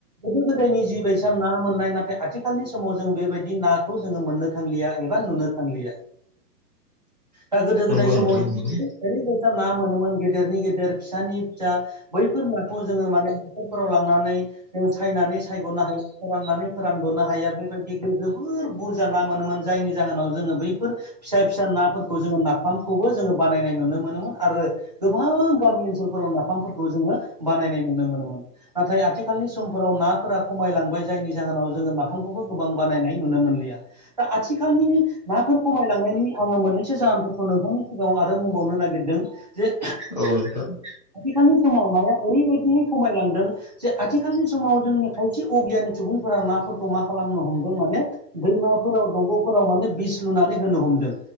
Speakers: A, on the right (about 25°); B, on the left (about 30°).
A: गोदो गोदायनि जि बायसा ना मोननाय नाथाय आथिखाल नि समाव जों बेबायदि नाखौ जोङो मोननो थांलिया एबा नुनो थांलिया। दा गोदो
B: नंगौ
A: गोदाय
B: नोंथां
A: समाव जों
B: नंगौ
A: ओरै‌बायसा ना मोनोमोन गेदेरनि गेदेर फिसानि फिसा। बैफोर नाखौ जोङो माने न'फोराव लांनानै सायनानै सायग'नो हाया फोराननानै फोरानग'नो हाया बेबादि जोबोर बुरजा ना मोनोमोन जायनि जाहोनाव जोङो बैफोर फिसा फिसा नाफोरखौ जोङो नाफामखौबो जोङो बानायनाय नुनो मोनोमोन आरो गोबां गामि ओनसोलफोराव नाफामफोरखौ जोङो बानायनाय नुनो मोनोमोन। नाथाय आथिखालनि समफोराव नाफोरा खमायलांबाय जायनि जाहोनाव जोङो नाफामखौबो गोबां बानायनाय नुनो मोनलिया। दा आथिखालनि नाफोर खमायलांनायनि आङो मोननैसो जाहोनफोरखौ नोंथांनि सिगाङाव आरो बुंबावनो नागिरदों। जे
B: औ नोंथां।
A: आथिखालनि समाव माजाखो ओरैबायदियै खमायलांदों। जे आथिखालनि समाव जोंनि खायसे अगियानि सुबुंफोरा नाफोरखौ मा खालामनो हमदों माने दैमाफोराव दंग'फोराव माने बिस लुनानै होनो हमदों।